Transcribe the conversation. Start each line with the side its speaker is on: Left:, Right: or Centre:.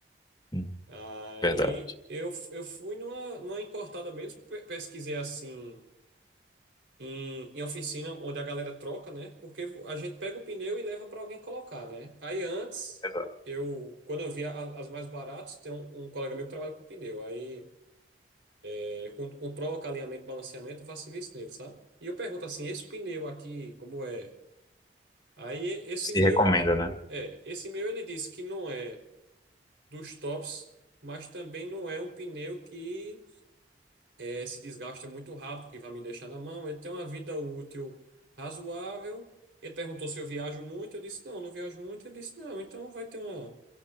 Left: Hum.
Right: Aí
Left: Verdade.
Right: eu, eu fui numa, numa importada mesmo, pe- pesquisei assim. Em, em oficina onde a galera troca, né? Porque a gente pega o pneu e leva para alguém colocar, né? Aí antes,
Left: Exato.
Right: eu, quando eu via a- as mais baratas, tem um, um colega meu que trabalha com pneu. Aí É, con- controla o alinhamento, balanceamento, eu faço serviço nele, sabe? E eu pergunto assim, esse pneu aqui, como é? Aí e- esse
Left: Se
Right: meu,
Left: recomenda, né?
Right: é, esse meu ele disse que não é dos tops, mas também não é um pneu que é, se desgasta muito rápido, que vai me deixar na mão. Ele tem uma vida útil razoável. Ele perguntou se eu viajo muito, eu disse não, não viajo muito. Ele disse não, então vai ter uma,